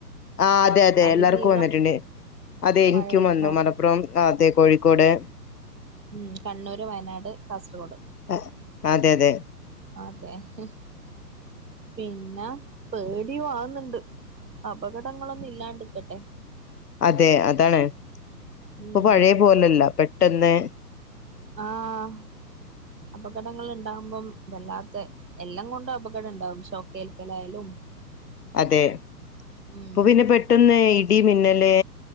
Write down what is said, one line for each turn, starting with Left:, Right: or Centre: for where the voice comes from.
Left: ആ അതെ അതെ
Right: അതിതീവ്ര
Left: എല്ലാർക്കും വന്നിട്ടുണ്ട്. അതെ ഇൻക്കും
Right: മഴ
Left: വന്നു
Right: മഴ
Left: മലപ്പുറം അതെ കോഴിക്കോട്
Right: മ് കണ്ണൂർ, വയനാട്, കാസർഗോഡ്.
Left: ഹ അതെ അതെ
Right: അതെ ഹ് പിന്നെ പേടിയു ആവ്ന്ന്ണ്ട് അപകടങ്ങളൊന്നു ഇല്ലാണ്ട്ക്കട്ടെ.
Left: അതെ അതാണ്
Right: ഉം
Left: പ്പൊ പഴയ പോലെല്ല പെട്ടെന്ന്
Right: ആഹ് അപകടങ്ങൾ ഉണ്ടാവുമ്പം വല്ലാത്ത എല്ലാം കൊണ്ടും അപകടം ഉണ്ടാവും ഷോക്കേൽക്കലായാലും
Left: അതെ
Right: ഉം
Left: ഇപ്പൊ പിന്നെ പെട്ടന്ന് ഇഡി മിന്നല്